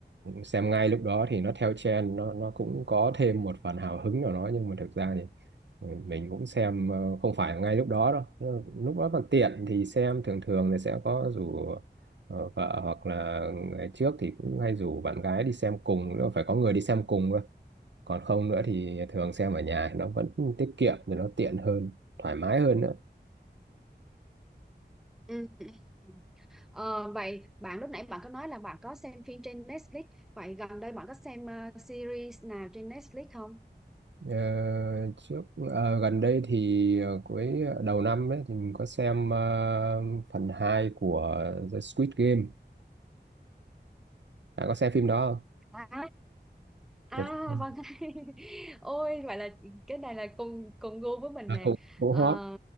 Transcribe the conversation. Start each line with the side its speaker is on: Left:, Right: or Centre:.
Right: xem ngay lúc đó thì nó theo trend nó nó cũng có thêm một phần hào hứng nào đó nhưng mà thực ra thì ừ, mình cũng xem ờ, không phải ngay lúc đó đâu Nó- lúc đó còn tiện thì xem thường thường thì sẽ có rủ ờ, vợ hoặc là ngày trước thì cũng hay rủ bạn gái đi xem cùng nữa phải có người đi xem cùng cơ còn không nữa thì thường xem ở nhà nó vẫn tiết kiệm thì nó tiện hơn thoải mái hơn nữa
Centre: ừ, ừ. Ờ, vậy bạn lúc nãy bạn có nói là bạn có xem phim trên Netflix. Vậy gần đây bạn có xem ờ, series nào trên Netflix không?
Right: Ờ, trước ờ, gần đây thì ờ, cuối đầu năm ấy, thì mình có xem ờ, phần 2 của The Squid Game. Bạn có xem phim đó không?
Centre: À, À
Right: Trời, Ừ.
Centre: vâng <laughs> Ôi vậy là cái này là cùng cùng gu với mình
Right: à,
Centre: nè
Right: cũng cũng
Centre: Ờ,
Right: hot.